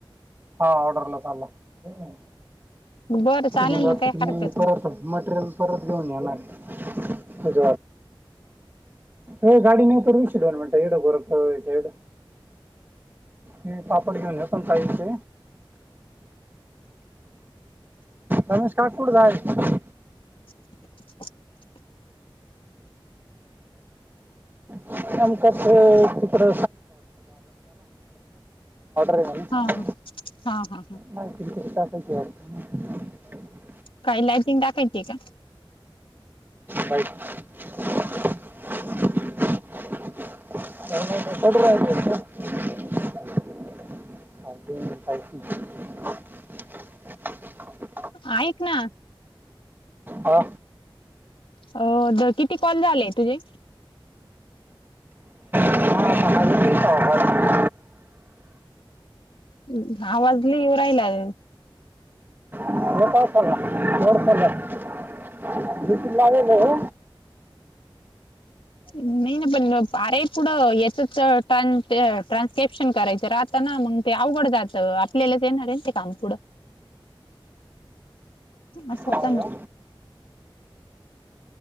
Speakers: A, on the right; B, on the left.
A: हां ऑर्डरला चालला. <unintelligible>
B: बरं चालेल
A: मग च आ
B: ना काही
A: मी
B: हरकत नाही
A: परत मटेरियल परत घेऊन येणार आहे <unintelligible> हे गाडी नेऊ! गरमेंट येड पोर होय झेड हे पापड घेऊन जायच! <inaudible> रमेश का कुड जायलय!
B: <inaudible>
A: <unintelligible> ऑर्डर आहेेत
B: हा हा हा हा हा
A: नाय माहिती नाही. <inaudible>
B: काही लायटिंग टाकायची का?
A: बाईक <unintelligible> <inaudible> <unintelligible> <inaudible>
B: ऐक ना.
A: हा
B: अ... द.... किती कॉल झाले तुझे?
A: आता हा येतो का आवाज?
B: अं... आवाज लई येवू राहिलाय
A: हो काळ पला ळ <unintelligible> बसील लागल <unintelligible>
B: नई न पन आरे पुढं याचच अ टान ते ट्रानकेप्शन करायचं राहताना मग ते अवघड जात. त आपल्यालाच येणार हे ते काम पूड असं होत
A: हा, या.
B: ना,